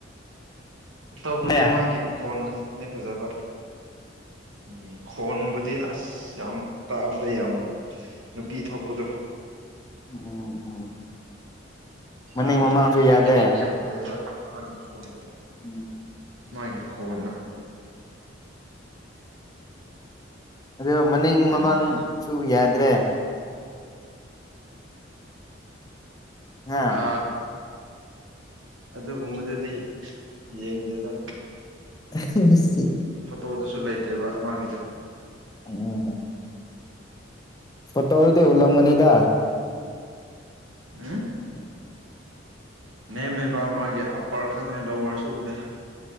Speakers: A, on the right (about 80°); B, on the left (about 20°).
A: ꯇꯧꯕꯗꯤ
B: ꯅꯦ
A: ꯃꯥꯒꯤ ꯈꯣꯟ ꯈꯛꯇꯅꯦ ꯐꯖꯕ ꯎꯝ ꯈꯣꯟꯕꯨꯗꯤ ꯑꯗꯨꯗꯤ ꯑꯁ ꯌꯥꯝ ꯇꯥꯕꯗ ꯌꯥꯝ ꯅꯨꯄꯤ ꯊꯣꯛꯄꯗꯣ
B: ꯎꯝ ꯎꯝ ꯃꯅꯤꯡ
A: ꯇꯥꯕꯗ
B: ꯃꯃꯥꯡꯁꯨ
A: ꯐꯦꯃꯤꯅꯤꯟ
B: ꯌꯥꯗꯦ
A: ꯌꯥꯝ ꯑꯣꯏꯕꯣꯟ
B: ꯎꯝ
A: ꯃꯥꯒꯤꯦ ꯈꯣꯟ
B: ꯑꯗꯣ ꯃꯅꯤꯡ
A: ꯑꯗꯨꯅꯤꯗ
B: ꯃꯃꯥꯡꯁꯨ ꯌꯥꯗ꯭ꯔꯦ ꯍꯥ
A: ꯑ ꯑꯗꯨꯒꯨꯝꯕꯗꯨꯗꯤ ꯌꯦꯗꯗ
B: <inaudible>
A: ꯐꯣꯇꯣꯗꯨꯁꯨ ꯂꯩꯇꯦꯕ ꯃꯥꯒꯤꯗ
B: ꯎꯝ ꯐꯣꯇꯣꯗꯤ ꯎꯜꯂꯝ ꯃꯅꯤꯗ
A: ꯑ
B: ꯎꯝ
A: ꯅꯦꯝꯃꯦꯕ ꯃꯥꯒꯤ ꯑꯞꯄꯔ ꯈꯛꯇꯅꯦ ꯂꯋꯥꯔꯁꯨ ꯎꯗꯦ